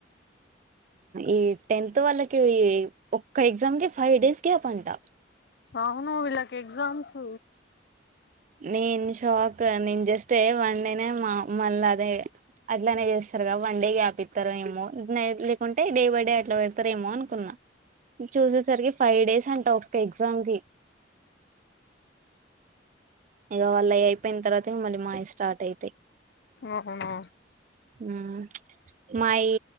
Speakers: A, on the right; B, on the left.
A: ఈ టెన్త్ వాళ్ళకి ఈ ఒక్క ఎగ్జామ్ కి ఫైవ్ డేస్ గ్యాప్ అంటా.
B: అవును వీళ్ళకి ఎగ్జామ్స్
A: నేను షాక్ నేను జస్ట్ వన్ డేనే మళ్ళీ అదే అట్లానే చేస్తారు. కదా వన్ డే గ్గ్యాపిత్తారు ఏమో లేకుంటే డే బై డే అట్లా పెడతరు ఏమో అనుకున్నా. చూసేసరికి ఫైవ్ డేస్ అంటా. ఒక ఎగ్జామ్ కి ఇగా వాళ్ళ అవి అయిపోయినాయ్, తర్వాత మళ్ళీ మాయి స్టార్ట్ అయితాయి.
B: అవునా
A: హ్మ్ మాయి